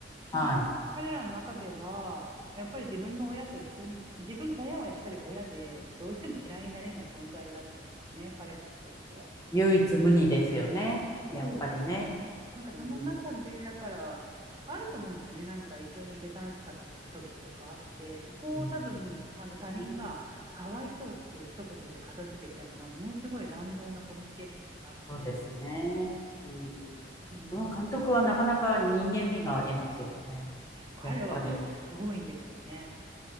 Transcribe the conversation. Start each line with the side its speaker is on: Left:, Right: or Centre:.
Right: まあ、
Left: はい。
Right: 彼らの中では、やっぱり自分の親と一緒に、自分、親はやっぱり親で、どうしても嫌いになれない存在だと思うんですよね、彼らにとっては。
Left: 唯一無二ですよね。やっぱりね。
Right: そうなんですよね。なんかその中で、
Left: うん。
Right: だから、あると思うんですよね。なんか一緒にいて楽しかった時とかあって、そこを多分、
Left: うん
Right: あの他人がかわいそうっていう一言で片付けちゃうのは、
Left: そうね
Right: ものすごい乱暴なコミュニケーションだなって。
Left: そうですね。うん。
Right: うん。
Left: その監督はなかなか人間味がありますよね。
Right: 彼はね、
Left: やっぱり。
Right: すごいんですよね。